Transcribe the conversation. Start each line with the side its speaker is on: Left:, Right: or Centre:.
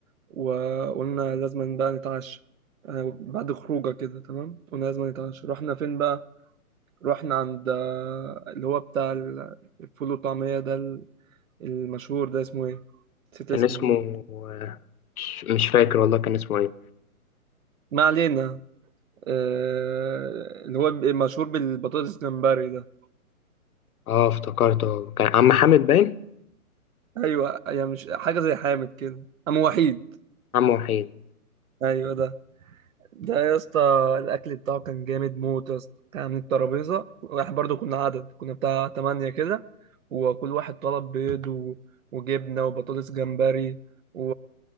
Right: وقلنا لازم بقى نتعشى آه، بعد خروجة كده تمام قلنا لازم نتعشى رحنا فين بقى رحنا عند آه، اللي هو بتاع ال- الفول والطعمية ده ال- المشهور ده اسمه ايه نسيت اسمه
Left: كان اسمه
Right: والله
Left: مش مش فاكر والله كان اسمه ايه
Right: ما علينا آه، اللي هو مشهور بالبطاطس جمبري ده
Left: اه افتكرته كان عم حامد باين
Right: ايوه يعني مش حاجه زي حامد كده ام وحيد
Left: عم وحيد
Right: ايوه ده ده يا اسطى الاكل بتاعه كان جامد موت يا اسطى كان عاملين الترابيزه واحنا برضو كنا عدد كنا بتاع تمانية كده وكل واحد طلب بيض و... وجبنه وبطاطس جمبري و